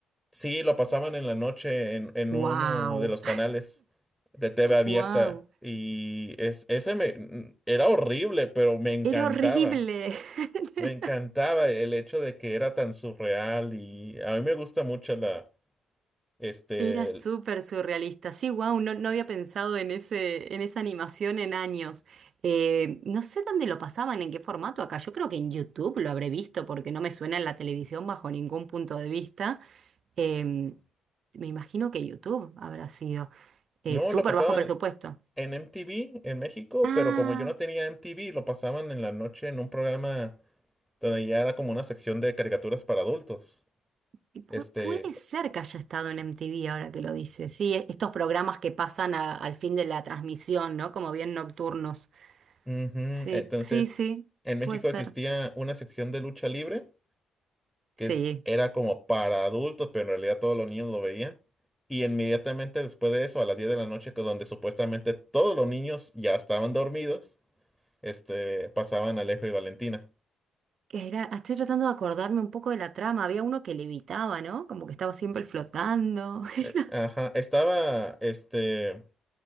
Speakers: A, in the centre; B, on the right.
A: Sí, lo pasaban en la noche en, en
B: Wow,
A: uno de los canales de TV abierta
B: wow.
A: y es, ese me, n- era horrible, pero
B: <laughs>
A: me encantaba.
B: Era horrible.
A: Me encantaba
B: <laughs>
A: el hecho de que era tan surreal y a mí me gusta mucho la, este,
B: Era súper
A: el-
B: surrealista. Sí, wow, no, no había pensado en ese, en esa animación en años. Eh, no sé dónde lo pasaban, en qué formato acá. Yo creo que en YouTube lo habré visto porque no me suena en la televisión bajo ningún punto de vista. Em, me imagino que YouTube habrá sido. Eh,
A: no,
B: súper
A: lo pasaban
B: bajo presupuesto.
A: en MTV en México,
B: Ah,
A: pero como yo no tenía MTV, lo pasaban en la noche en un programa donde ya era como una sección de caricaturas para adultos.
B: y pu-
A: Este,
B: puede ser que haya estado en MTV ahora que lo dice. Sí, e- estos programas que pasan a- al fin de la transmisión, ¿no? Como bien nocturnos.
A: Ujú,
B: Sí,
A: Entonces,
B: sí, sí,
A: en México
B: puede ser.
A: existía una sección de lucha libre que
B: Sí.
A: es- era como para adultos, pero en realidad todos los niños lo veían. Y inmediatamente después de eso, a las 10 de la noche, que donde supuestamente todos los niños ya estaban dormidos, este, pasaban Alejo y Valentina.
B: Que Era, estoy tratando de acordarme un poco de la trama. Había uno que levitaba, ¿no? Como que estaba siempre flotando. <laughs>
A: Eh, Ajá, estaba, este,